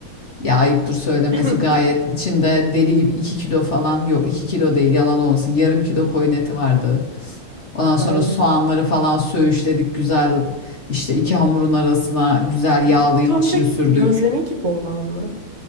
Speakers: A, on the left (about 40°); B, on the right (about 40°).
A: Ya ayıptır söylemesi
B: <laughs>
A: gayet içinde deli gibi 2 kilo falan yok 2 kilo değil yalan olmasın yarım kilo koyun eti vardı. Ondan
B: Yani.
A: sonra soğanları falan söğüşledik güzel işte iki hamurun arasına güzel yağlı
B: E, bu kömbek
A: içini sürdük.
B: gözleme gibi olan mı?